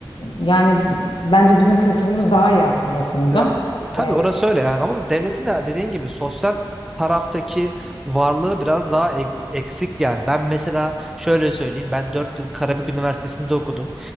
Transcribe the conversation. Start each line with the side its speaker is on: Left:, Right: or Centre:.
Left: yani bence bizim kültürümüz daha iyi aslında o konuda.
Centre: Ya tabii
Left: E,
Centre: orası öyle yani ama devletin de dediğin gibi sosyal taraftaki varlığı biraz daha ek- eksik yani. Ben mesela şöyle söyleyeyim. Ben 4 yıl Karabük Üniversitesi'nde okudum.